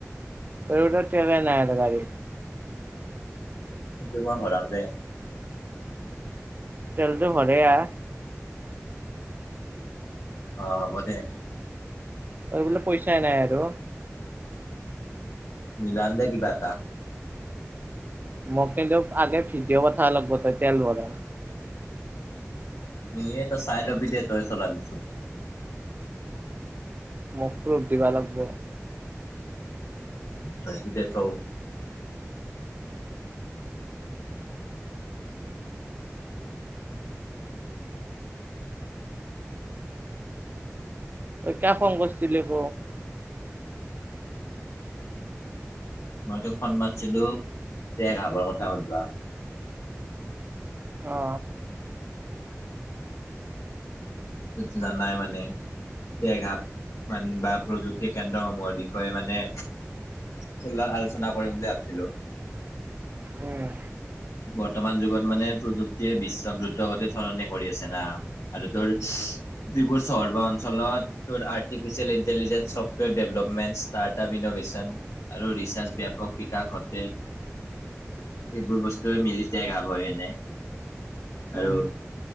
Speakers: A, on the right; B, on the left.
A: আৰু ত তেলেই নাই এটা গাড়ী
B: এইটো মই ভৰাম দে
A: তেলটো ভৰেয়া
B: অ হ'ব দে
A: এই বিলাক পইচাই নাই আৰু
B: মিলাম দে কিবা এটা
A: মোক কিন্তু আগে ভিডিঅ' কথা আলব তই তেল ভৰা
B: এনেয়ে তই চাই লবি দে তই চলাবিছু
A: <unintelligible> দিবা লাগিব
B: <unintelligible> দে থও
A: অই কা হং কৰিছিলে ক
B: মই তোক ফন্ মাৰছিলো যে ৰাবৰ কথা সুধবা
A: অ
B: টুতো জানাই মানে দে ঘাত মান বা প্ৰযুক্তি কেন্দ্ৰসমূহৰ বিষয়ে মানে চোলাৰ আলোচনা কৰিম বুলি ভাবছিলো
A: উম
B: বৰ্তমান যুগত মানে প্ৰযুক্তিয়ে বিশ্বক দ্ৰুতগতিত সলনি কৰি আছে না আৰু তোৰ যিবোৰ চহৰ বা অঞ্চলত তোৰ artificial intelligence software development startup innovation আৰু ৰিচাৰ্জ ব্যাপক বিকাশ ঘটে এইবোৰ বস্তু তই মিলিতে গাব হয় এনে আৰু
A: উম,